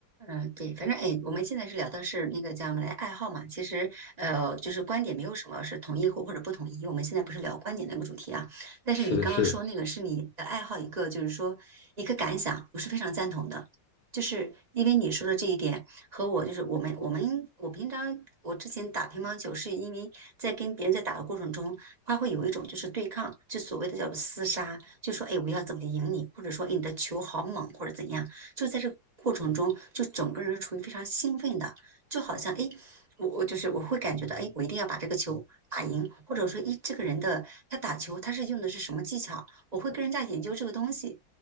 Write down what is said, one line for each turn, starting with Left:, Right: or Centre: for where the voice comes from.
Right: 嗯，对，反正哎，我们现在是聊的是那个叫什么来爱好嘛，其实呃，就是观点没有什么是统一或或者不同意，我们现在不是聊观点那个主题啊。但是你刚刚说那个是你的爱好，
Left: 是的，是的。
Right: 一个就是说一个感想，我是非常赞同的，就是因为你说的这一点和我就是我们我们我平常我之前打乒乓球是因为在跟别人在打的过程中，他会有一种就是对抗，就所谓的叫做厮杀，就说哎我要怎么赢你，或者说哎你的球好猛或者怎样。就在这个过程中，就整个人是处于非常兴奋的，就好像哎，我我就是我会感觉到哎，我一定要把这个球打赢，或者说哎，这个人的他打球他是用的是什么技巧，我会跟人家研究这个东西，